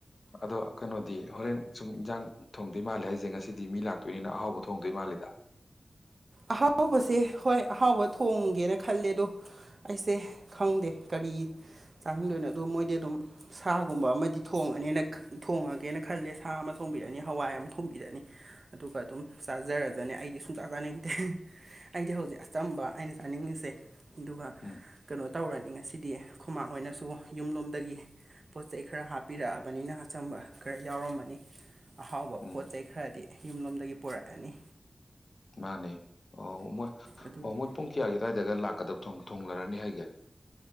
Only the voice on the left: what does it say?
ꯑꯗꯣ ꯀꯩꯅꯣꯗꯤ ꯍꯣꯔꯦꯟ ꯁꯨꯝ ꯏꯟꯁꯥꯡ ꯊꯣꯡꯗꯣꯏ ꯃꯥꯜꯂꯦ ꯍꯥꯏꯁꯦ ꯉꯁꯤꯗꯤ ꯃꯤ ꯂꯥꯛꯇꯣꯏꯅꯤꯅ ꯑꯍꯥꯎꯕ ꯊꯣꯡꯗꯣꯏ ꯃꯥꯜꯂꯦꯗ
ꯎꯝ
ꯎꯝ
ꯃꯥꯅꯦ ꯑꯣ ꯃꯣꯏ
ꯑꯣ ꯃꯣꯏ ꯄꯨꯡ ꯀꯌꯥꯒꯤ ꯑꯗꯨꯋꯥꯏꯗꯒ ꯂꯥꯛꯀꯗꯧ ꯊꯣꯡꯂꯔꯅꯤ ꯍꯥꯏꯒꯦ